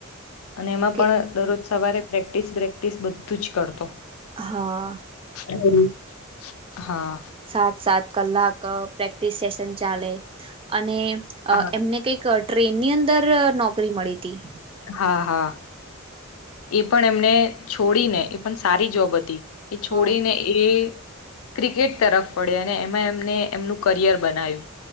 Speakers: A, on the left (about 80°); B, on the right (about 25°).
A: અને એમાં
B: કે
A: પણ દરરોજ સવારે પ્રેક્ટિસ બેક્ટિસ બધું જ કરતો.
B: હા.
A: હમ. હા
B: સાત સાત કલાક પ્રેક્ટિસ સેશન ચાલે અને
A: હા
B: અ એમને કઈક ટ્રેન ની અંદર નોકરી મળી હતી.
A: હા, હા એ પણ એમને છોડીને એ પણ સારી જોબ હતી. એ છોડેને
B: હા
A: એ ક્રિકેટ તરફ વડયા અને એમાં એમને એમનું કરિયર બનાવ્યું.